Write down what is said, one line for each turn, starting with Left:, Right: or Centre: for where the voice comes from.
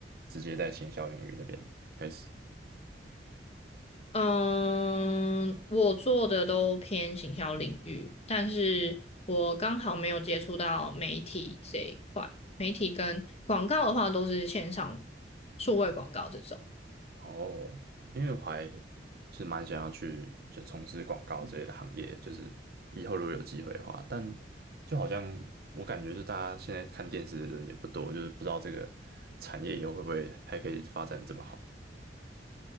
Right: 直接在行销领域那边开始？
Left: 嗯，我做的都偏行销领域，但是我刚好没有接触到媒体这一块。媒体跟广告的话，都是线上数位广告这种。
Right: 哦，因为我还是蛮想要去就从事广告之类的行业，就是以后如果有机会的话，但就好像我感觉，是大家现在看电视的人也不多，就是不知道这个产业以后会不会还可以发展这么好，